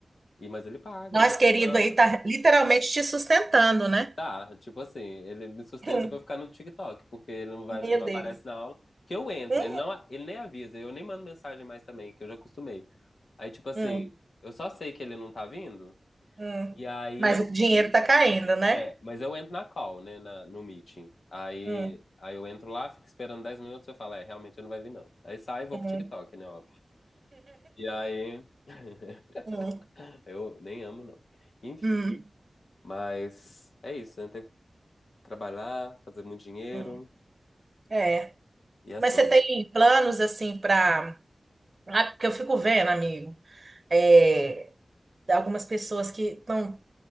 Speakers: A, on the left (about 75°); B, on the right (about 50°).
A: e, mas ele paga
B: Nós,
A: e não
B: querido,
A: reclama.
B: aí tá literalmente te sustentando, né?
A: Tá, tipo assim, ele me sustenta
B: Hum,
A: pra eu ficar no TikTok, porque ele não vai,
B: Meu
A: não
B: Deus.
A: aparece na aula. Que eu entro,
B: Hum,
A: ele não, ele nem avisa, eu nem mando mensagem mais também, que eu já acostumei. Aí, tipo assim,
B: hum,
A: eu só sei que ele não tá vindo,
B: hum.
A: e aí.
B: Mas o dinheiro tá caindo, né?
A: É, mas eu entro na call, né, na- no meeting. Aí,
B: Hum,
A: aí eu entro lá, fico esperando 10 minutos, eu falo, é, realmente ele não vai vir não. Aí sai e vou
B: hum,
A: pro TikTok, né, óbvio. E aí, <laughs>
B: hum,
A: eu nem amo não. Enfim,
B: hum,
A: mas é isso, né, tem que trabalhar, fazer muito dinheiro
B: hum. É.
A: e é
B: Mas
A: sobre.
B: você tem planos assim para. Ah, porque eu fico vendo, amigo, é, algumas pessoas que estão